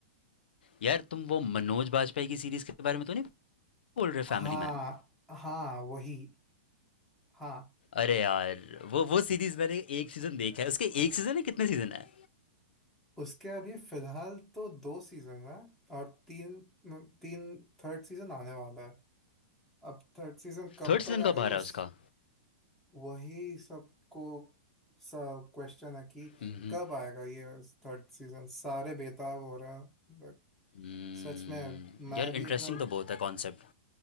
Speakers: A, on the left; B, in the centre.
A: यार तुम वो मनोज बाजपेयी की सीरीज के बारे में तो नहीं बोल रहे
B: हाँ
A: फैमिली मैन
B: हाँ वही हाँ
A: अरे यार वो वो सीरीज मैंने एक सीजन देखा है उसके एक सीजन है कितने सीजन है
B: उसके अभी फिलहाल तो दो सीजन है और तीन तीन थर्ड सीजन आने वाला है अब थर्ड सीजन कब
A: थर्ड सीजन
B: तक आएगा
A: कब आ रहा
B: उस
A: है उसका
B: वही सबको सब क्वेश्चन है कि
A: हम्म
B: कब आएगा ये थर्ड सीजन सारे बेताब हो रहे हैं But
A: हम्म,
B: सच में मैं
A: यार
B: भी
A: इंटरेस्टिंग
B: एकदम
A: तो बहुत है कॉन्सेप्ट